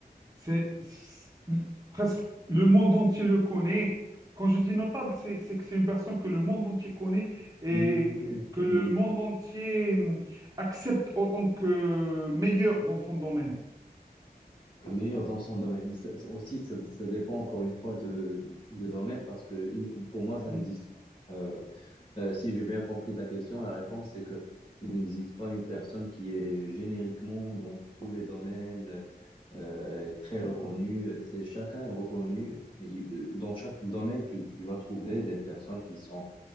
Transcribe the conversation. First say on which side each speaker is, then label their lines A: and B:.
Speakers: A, on the right; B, on the left.
A: C'est c'est- presque le monde entier le connaît. Quand je dis notable, c'est c'est que c'est une personne que le monde entier connaît et
B: Hmm,
A: que que le
B: oui,
A: monde entier hum, accepte autant que meilleur dans son domaine.
B: que meilleur dans son domaine. Mais ça- ça aussi, ça, ça dépend encore une fois de, de domaine parce que il- pour moi, ça
A: Mhm.
B: n'existe pas. Euh, Euh, si j'ai bien compris ta question, la réponse c'est que il n'existe pas une personne qui est génériquement dans tous les domaines euh, très reconnue. C'est chacun est reconnu, mais il- euh, dans chaque domaine tu, tu vas trouver des personnes qui sont